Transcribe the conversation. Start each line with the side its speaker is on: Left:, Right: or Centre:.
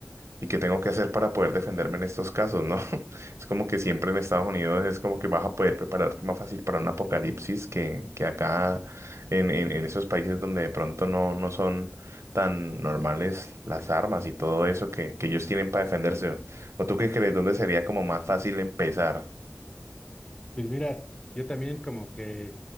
Right: ¿Y qué tengo que hacer para poder defenderme en estos casos, no? <laughs> Es como que siempre en Estados Unidos es como que vas a poder prepararte más fácil para un apocalipsis que, que acá en, en, en esos países donde de pronto no, no son tan normales las armas y todo eso que, que ellos tienen para defenderse. ¿O tú qué crees? ¿Dónde sería como más fácil empezar?
Left: Pues mira, yo también como que